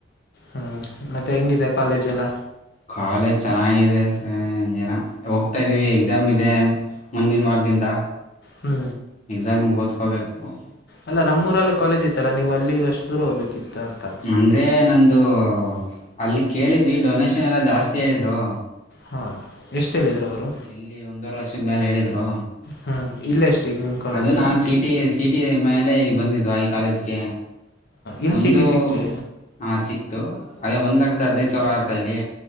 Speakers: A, on the left; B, on the left.
A: ಹ್ಮ್ ಮತ್ತೆ ಹೆಂಗಿದೆ ಕಾಲೇಜ್ ಎಲ್ಲ
B: ಕಾಲೇಜ್ ಚೆನ್ನಾಗಿದೆ ಸ ಏನ ಹೋಗ್ತಾ ಇದೀವಿ ಎಕ್ಸಾಮ್ ಇದೆ. ಮುಂದಿನ ವಾರದಿಂದ
A: ಹ್ಮ್
B: ಎಕ್ಸಾಮಗೆ ಓದತ್ಕೋಬೇಕು
A: ಅಲ್ಲ ನಮ್ಮೂರಲ್ಲೇ
B: ನಮ್ಮ ಊರಾಗ
A: ಕಾಲೇಜ್
B: ಕಾಲೇಜು
A: ಇತ್ತಲ್ಲ
B: ಇದೆ
A: ನೀವು ಅಲ್ಲಿಗೆ ಅಷ್ಟು ದೂರ ಹೋಗ್ಬೇಕಿತ್ತ ಅಂತ
B: <unintelligible> ಅದೇ ನಂದು ಅಲ್ಲಿ ಕೇಳಿದ್ವಿ ಡೊನೇಷನ್ ಎಲ್ಲ ಜಾಸ್ತಿ ಹೇಳಿದರು.
A: ಹಾ ಎಷ್ಟು ಹೇಳಿದ್ರು ಅವ್ರು
B: ಇಲ್ಲಿ ಒಂದೂವರೆ ಲಕ್ಷದ ಮೇಲೆ ಹೇಳಿದ್ರು
A: ಹ್ಞೂ ಇಲ್ಲೇ ಎಷ್ಟು ಈಗ ನಿಮ್ಮ ಕಾಲೇಜಲ್ಲಿ
B: ಅದು ನಾನ ಸೀಟ್ ಸಿಟಿ ಸಿಟಿ ಮೇಲೆ ಇಲ್ಲಿ ಬಂದಿದವ ಇಲ್ಲ ಕಾಲೇಜ್ಗೆ
A: ಎಲ್
B: ಒಂದು
A: ಸಿ ಟಿ ಸಿಕ್ಕಿ
B: ಹಾಂ ಸಿಕ್ತು ಅದೇ ಒಂದು ಲಕ್ಷದ ಹದಿನೈದು ಸಾವಿರ ಆಯತ ಅಲ್ಲಿ